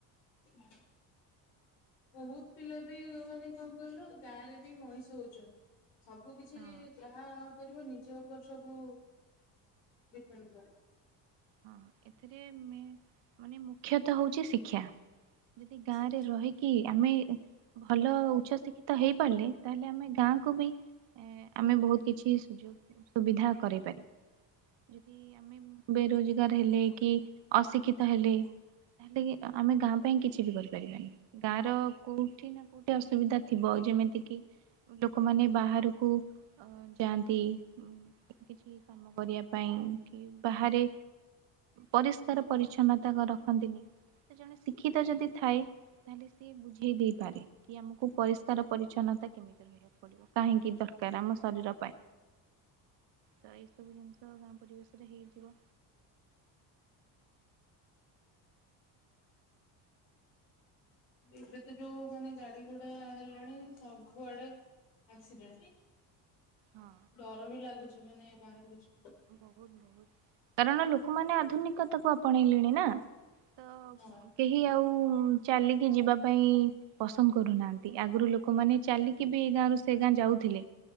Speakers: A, on the left (about 85°); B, on the right (about 65°).
A: ହୁଁ। ବହୁତ ପିଲା ବି ମାନେ କଣ କହିଲ ଗାଁ ରେ ବି ମଣିଷ ହଉଚନ୍ତି। ସବୁ କିଛି
B: ହଁ
A: ଯାହା କରିବ ନିଜ ଉପରେ ସବୁ ଡିପେଣ୍ଡ କରେ।
B: ହଁ ଏଥିରେ ମାନେ ମୁଖ୍ୟତଃ ହଉଛି ଶିକ୍ଷା ଯଦି ଗାଁରେ
A: ଶିକ୍ଷା।
B: ରହିକି, ଆମେ ଭଲ ଉଚ୍ଚ ଶିକ୍ଷିତ ହେଇପାରିଲେ, ତାହେଲେ ଆମେ ଗାଁ ବି ଆମେ ବହୁତ କିଛି ସୁଯୋଗ ସୁବିଧା କରଇ ପାରିବୁ। ଯଦି ଆମେ ବେରୋଜଗାର ହେଲେ କି ଅଶିକ୍ଷିତ ହେଲେ ତାହେଲେ କି ଆମେ ଗାଁ ପାଇଁ କିଛି ବି କରିପାରିବାନି, ଗାଁ ର କୋଉଠି ନା କୋଉଠି ଅସୁବିଧା ଥିବ ଯେମିତି ଯେମିତି କି ଲୋକମାନେ ବାହାରକୁ ଅ ଯାଆନ୍ତି। କିଛି କାମ କରିବା ପାଇଁ କି ବାହାରେ ପରିଷ୍କାର ପରିଚଛନ୍ନତା ରଖନ୍ତିନି। ଜଣେ ଶିକ୍ଷିତ ଯଦି ଥାଏ, ତାହେଲେ ସିଏ ବୁଝେଇ ଦେଇପାରେ କି ଆମକୁ ପରିଷ୍କାର ପରିଚ୍ଛନ୍ନତା କେମିତି ରହିବାକୁ ପଡିବ, କାହିଁକି ଦରକାର ଆମ ଶରୀର ପାଇଁ? ତ ଏଇ ସବୁ ଜିନିଷ ଗାଁ ପରିବେଶ ରେ ହେଇଯିବ।
A: ଏବେ ତ ଯୋଉ ମାନେ ଗାଡି ଗୋଡା ହେଲାଣି ସବୁଆଡେ
B: ହଁ
A: ଡର ବି ଲାଗୁଛି ମାନେ ବା କିଛି
B: ବହୁତ ବହୁତ କାରଣ ଲୋକମାନେ ଆଧୁନିକତାକୁ ଆପଣେଇଲେଣି ନା ତ
A: ହଁ।
B: କେହି ଆଉ ଚାଲିକି ଯିବା ପାଇଁ ପସନ୍ଦ କରୁନାହାଁନ୍ତି। ଆଗରୁ ଲୋକମାନେ ଚାଲିକି ବି ଏ ଗାଁରୁ ସେ ଗାଁ ଯାଉଥିଲେ,